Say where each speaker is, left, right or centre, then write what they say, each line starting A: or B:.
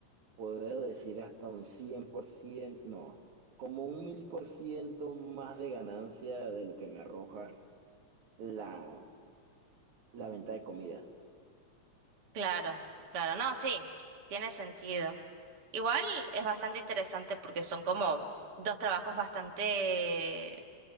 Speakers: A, on the right (about 80°); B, on the right (about 45°).
A: podría decir hasta un 100% no, como un 1000% más de ganancia de lo que me arroja la, la venta de comida.
B: Claro, claro, no, sí, tiene sentido. Igual es bastante interesante porque son como dos trabajos bastante,